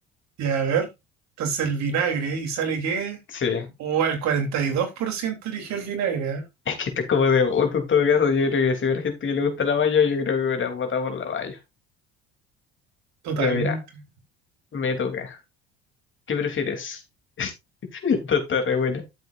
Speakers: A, on the right (about 60°); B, on the left (about 40°).
A: Ya, a ver. Entonces el vinagre, ¿y sale qué?
B: Sí.
A: O el 42% eligió el vinagre, ¿eh?
B: Es que esto es como de voto en todo caso, yo creo que si hubiera gente que le gusta la mayo, yo creo que hubiera votado por la mayo.
A: Totalmente.
B: Ya mira,
A: <laughs>
B: me toca. ¿Qué prefieres? <laughs> Esto está re buena.